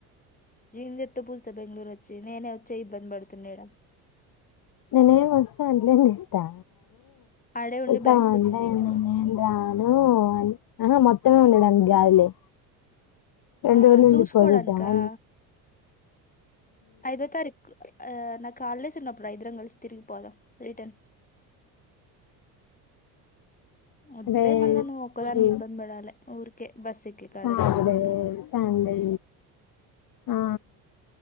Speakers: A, on the left; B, on the left.
A: ఏం చేస్తావ్ పూజిత బెంగళూరు వచ్చి నేనే వచ్చి ఇబ్బంది పడుతునా ఈడ
B: ననేేం వస్తా అంతలే ఇస్తా
A: ఆడే ఉండి
B: ఉస
A: బ్యాంక్ కోచింగ్
B: అందేంటను
A: చేయించుకో
B: మొత్తం <inaudible> ఉండడానికి గాదులే రెండు
A: ఆ
B: రోజులు
A: చూసుకోడానికా
B: ఉండి పోదుద్దామ
A: ఐదో తారీకు ఆ నాకు హాలిడేస్ ఉన్నపుడు ఇద్దరం కలిసి తిరిగి పోదాం ఇద్దరం వద్దులే
B: అదే
A: మళ్ళీ నువ్వు ఒక్కదానికి
B: ఛీ
A: ఇబ్బంది పడాలి ఊరికే బస్ ఎక్కే కాడ
B: సాటర్డే
A: దిగే కాడ
B: సండే ఆ